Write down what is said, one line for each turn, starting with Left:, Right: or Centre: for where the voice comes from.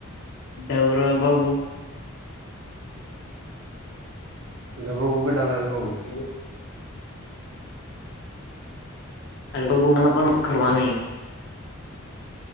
Left: डवर बघु
Right: तुला बघू डवर्याल बघू
Left: ते अरे बघू मला पण वखर नाही